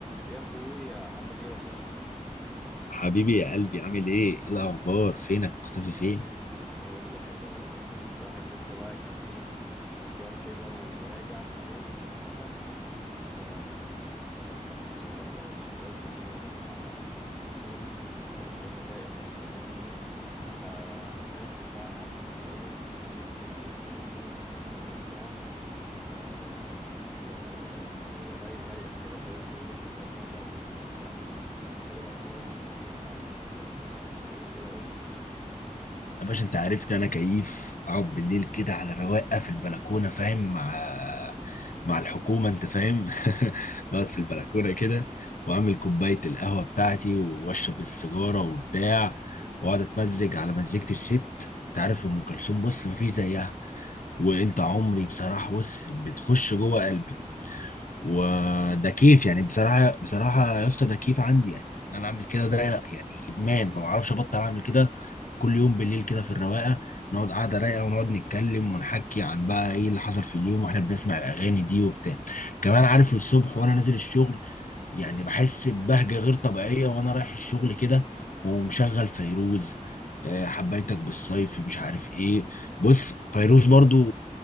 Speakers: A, in the centre; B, on the left (about 75°).
A: يا اخويا عامل ايه وحشني
B: حبيبي يا قلبي عامل ايه؟ ايه الاخبار؟ فينك مختفي فين؟
A: بقول له حلو والله الواحد لسه بقى كان ايه كان في مشوار كده وراجع بالليل متأخر ف بش- اشغل بقى يا باشا الراديو كده وبسمع ام كلثوم والاغاني الرايقه بتاعت زمان دي فافتكرتك بقى انا عارف ان انت ايه بتحب ليك في الاغاني دي وبتحبها وبتاع فكانت آه، يعني رايد رايقه كده فقلت ايه قلت ارجع واكلمك بقى انت ايه الاخبار لسه بتسمع الاغاني دي ولا ولا ايه كده قول لي احكي لي
B: يا باشا انت عرفت انا كيف اقعد بالليل كده على رواقه في البلكونه فاهم مع مع الحكومه انت فاهم <laughs> نقعد في البلكونه كده واعمل كوبايه القهوه بتاعتي واشرب السيجاره وبتاع واقعد اتمزج على مزيكه الست انت عارف ام كلثوم بص مفيش زيها وانت عمري بصراحه بص بتخش جوه قلبي وده كيف يعني بصراحه بصراحه يا اسطى ده كيف عندي يعني ان انا اعمل كده ده يعني ادمان ما بعرفش ابطل اعمل كده كل يوم بالليل كده في الرواقه نقعد قعده رايقه ونقعد نتكلم ونحكي عن بقى ايه اللي حصل في اليوم واحنا بنسمع الاغاني دي وبتاع كمان عارف الصبح وانا نازل الشغل يعني بحس ببهجه غير طبيعيه وانا رايح الشغل كده ومشغل فيروز آه، حبيتك بالصيف مش عارف ايه بص فيروز برضو